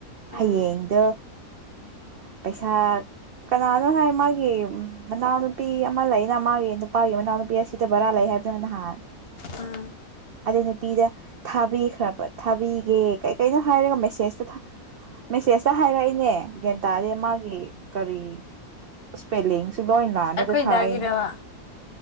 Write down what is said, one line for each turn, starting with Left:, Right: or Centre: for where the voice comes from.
Left: ꯎꯝ
Right: ꯍꯌꯦꯡꯗꯣ ꯄꯩꯁꯥ ꯀꯅꯥ ꯀꯩꯅꯣ ꯍꯥꯏ ꯃꯥꯒꯤ ꯃꯅꯥꯎꯅꯨꯄꯤ ꯑꯃ ꯂꯩꯅ ꯃꯥꯒꯤ ꯅꯨꯄꯥꯒꯤ ꯃꯅꯥꯎ ꯅꯨꯨꯄꯤ ꯑꯁꯤꯗ ꯕꯔꯥ ꯂꯩ ꯍꯥꯏꯕꯗꯨꯅ ꯅꯍꯥꯟ
Left: ꯎꯝ
Right: ꯑꯗꯩ ꯅꯨꯄꯤꯗ ꯊꯥꯕꯤꯈ꯭ꯔꯕ ꯊꯥꯕꯤꯒꯦ ꯀꯩ ꯀꯩꯅꯣ ꯍꯥꯏꯔꯒ ꯃꯦꯁꯦꯁꯇ ꯃꯦꯁꯦꯖꯇ ꯍꯥꯏꯔꯛꯏꯅꯦ ꯒ꯭ꯟꯇꯥꯗꯦ ꯃꯥꯒꯤ ꯀꯔꯤ ꯁꯄꯦꯂꯤꯡꯁ ꯂꯣꯏ ꯂꯥꯟꯔꯒ
Left: ꯑꯩꯈꯣꯏ
Right: ꯊꯥꯔꯛꯏꯅꯦ
Left: ꯗꯥꯒꯤꯔꯕ